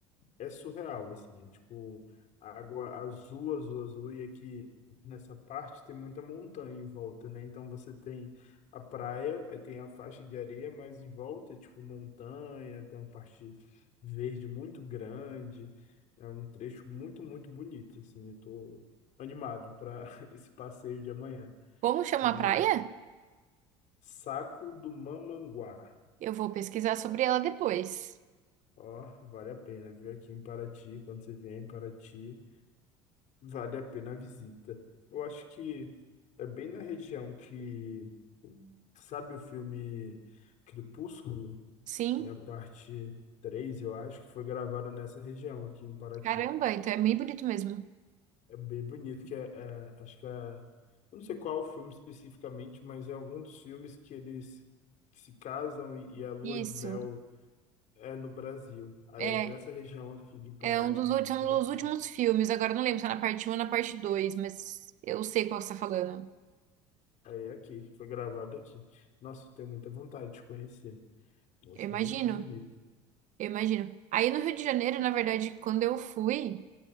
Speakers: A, on the left (about 55°); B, on the right (about 55°).
A: é surreal, assim, é tipo água azul, azul, azul, e aqui nessa parte tem muita montanha em volta, né? Então você tem a praia, aí tem a faixa de areia, mas em volta é tipo montanha, tem uma parte verde muito grande, é um trecho muito, muito bonito, assim, eu tô animado para <laughs> esse passeio de amanhã.
B: Como chama
A: Vem
B: a
A: aí.
B: praia?
A: Saco do Mamanguá.
B: Eu vou pesquisar sobre ela depois.
A: Ó, vale a pena, viu? Aqui em Paraty, quando você vier em Paraty. Vale a pena a visita. Eu acho que é bem na região que, sabe o filme Crepúsculo?
B: Sim,
A: Tem a parte 3 eu acho, que foi gravada nessa região aqui em Paraty.
B: caramba, então é bem bonito mesmo.
A: É bem bonito, que é, é- acho que é, eu não sei qual o filme especificamente, mas é algum dos filmes que eles se casam e, e a lua
B: Isso,
A: de mel é no Brasil. Aí
B: é,
A: é nessa região aqui de praia,
B: é um
A: aqui
B: dos,
A: em
B: ulti- um
A: Paraty.
B: dos últimos filmes, agora eu não lembro se é na parte um, ou na parte 2, mas eu sei qual você está falando.
A: Aí é aqui, foi gravado aqui. Nossa, eu tenho muita vontade de conhecer. Eu acho
B: Eu imagino.
A: muito bonito.
B: Eu imagino. Aí no Rio de Janeiro, na verdade, quando eu fui,